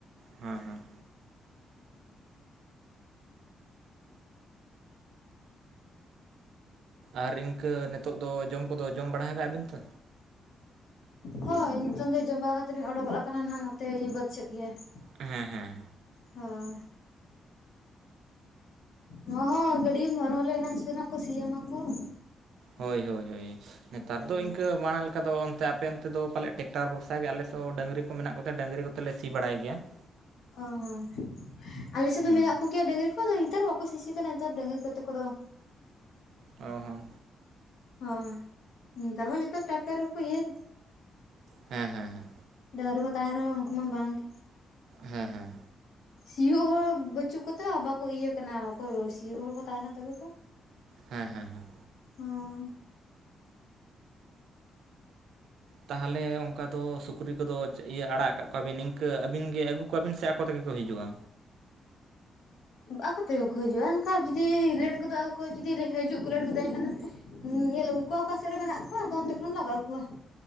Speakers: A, on the right; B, on the left.
A: ᱦᱮᱸ ᱦᱮᱸ ᱟᱨ ᱤᱱᱠᱟᱹ ᱱᱤᱛᱚᱜ ᱫᱚ ᱡᱚᱢ ᱠᱚᱫᱚ ᱡᱚᱢ ᱵᱟᱲᱟ ᱟᱠᱟᱜ ᱵᱤᱱ ᱛᱚ
B: ᱦᱳᱭ ᱱᱤᱛᱚᱝ ᱜᱮ ᱡᱚᱢ ᱵᱟᱲᱟ ᱠᱟᱛᱮᱫ ᱞᱤᱧ ᱚᱰᱚᱠ ᱟᱠᱟᱱᱟ ᱱᱟᱜ ᱱᱚᱛᱮ ᱵᱟᱹᱫᱽ ᱥᱮᱫ ᱜᱮ ᱾
A: ᱦᱮᱸ ᱦᱮᱸ ᱦᱮᱸ
B: ᱦᱳᱭ ᱦᱚᱸ ᱦᱚᱸ ᱜᱟᱹᱰᱤᱢ ᱦᱚᱨᱦᱚ ᱞᱮᱱ ᱱᱟᱥᱮ ᱱᱟᱜ ᱠᱚ ᱥᱤ ᱟᱢᱟ ᱠᱚ ᱾
A: ᱦᱳᱭ ᱦᱳᱭ ᱦᱳᱭ ᱱᱮᱛᱟᱨ
B: ᱦᱩᱸ
A: ᱫᱚ ᱤᱱᱠᱟᱹ ᱢᱟᱲᱟᱝ ᱞᱮᱠᱟ ᱫᱚ ᱚᱱᱛᱮ ᱟᱯᱮ ᱚᱱᱛᱮ ᱫᱚ ᱯᱟᱞᱮᱜ ᱴᱮᱠᱴᱟᱨ ᱵᱷᱚᱨᱥᱟ ᱜᱮ ᱟᱞᱮᱥᱮᱜ ᱦᱚᱸ ᱰᱟᱹᱝᱨᱤ ᱠᱚ ᱢᱮᱱᱟᱜ ᱠᱚᱛᱮ ᱰᱟᱹᱝᱨᱤ ᱠᱚᱛᱮ ᱞᱮ ᱥᱤ ᱵᱟᱲᱟᱭ ᱜᱮᱭᱟ ᱾
B: ᱚ ᱦᱚᱸ ᱟᱞᱮ ᱥᱮᱜ ᱫᱚ
A: ᱦᱩᱸ᱾
B: ᱢᱮᱱᱟᱜ ᱠᱚᱜᱮᱭᱟ ᱰᱟᱹᱝᱨᱤ ᱠᱚᱫᱚ ᱱᱮᱛᱟᱨ ᱵᱟᱠᱚ ᱥᱤᱥᱤ ᱠᱟᱱᱟ ᱱᱮᱛᱟᱨ ᱰᱟᱹᱝᱨᱤ ᱠᱚᱛᱮ ᱠᱚᱫᱚ ᱾
A: ᱚᱦ
B: ᱦᱚᱸ ᱱᱮᱛᱟᱨ ᱢᱟ ᱡᱚᱛᱚ ᱴᱟᱠᱴᱟᱨ ᱨᱮᱠᱚ ᱤᱭᱟᱹᱭ
A: ᱦᱮᱸ ᱦᱮᱸ ᱦᱮᱸ
B: ᱰᱟᱹᱝᱨᱤ ᱠᱚ ᱛᱟᱦᱮᱱ ᱨᱮᱦᱚᱸ ᱩᱱᱠᱩ ᱢᱟ ᱵᱟᱝᱜᱮ
A: ᱦᱮᱸ ᱦᱮᱸ
B: ᱥᱤᱭᱳᱜ ᱦᱚ ᱵᱟᱪᱩᱜ ᱠᱚᱛᱮ ᱦᱚᱸ ᱵᱟᱠᱚ ᱤᱭᱟᱹ ᱠᱟᱱᱟ ᱚᱠᱚᱭ ᱥᱤᱭᱳᱜ ᱦᱚᱲ ᱠᱚ ᱛᱟᱦᱮᱱᱟ ᱛᱚᱵᱮ ᱛᱚ ᱾
A: ᱦᱮᱸ ᱦᱮᱸ ᱦᱮᱸ
B: ᱦᱮᱸ
A: ᱛᱟᱦᱮᱞᱮ ᱚᱝᱠᱟ ᱫᱚ ᱥᱩᱠᱨᱤ ᱠᱚᱫᱚ ᱤᱭᱟᱹ ᱟᱲᱟᱜ ᱠᱟᱜ ᱠᱚᱣᱟᱵᱤᱱ ᱱᱤᱝᱠᱟᱹ ᱟᱹᱵᱤᱱ ᱜᱮ ᱟᱹᱜᱩ? ᱠᱚᱣᱟᱵᱤᱱ ᱥᱮ ᱟᱠᱚ ᱛᱮᱜᱮ ᱠᱚ ᱦᱤᱡᱩᱜᱼᱟ?
B: ᱟᱠᱚ ᱛᱮᱜᱮ ᱠᱚ ᱦᱤᱡᱩᱜᱼᱟ ᱚᱱᱠᱟ ᱡᱩᱫᱤ ᱞᱮᱴ ᱜᱚᱫᱚᱜ ᱟᱠᱚ ᱡᱩᱫᱤ ᱦᱤᱡᱩᱜ ᱠᱚ ᱞᱮᱴ ᱜᱚᱫᱚᱜᱼᱟ ᱮᱱᱠᱷᱟᱱ ᱧᱮᱞ ᱟᱹᱜᱩ ᱠᱚᱣᱟ ᱚᱠᱟ ᱥᱮᱜ ᱨᱮ ᱢᱮᱱᱟᱜ ᱠᱚᱣᱟ ᱟᱫᱚ ᱚᱱᱛᱮ ᱠᱷᱚᱱ ᱞᱟᱜᱟ ᱟᱜᱩ ᱠᱚᱣᱟ ᱾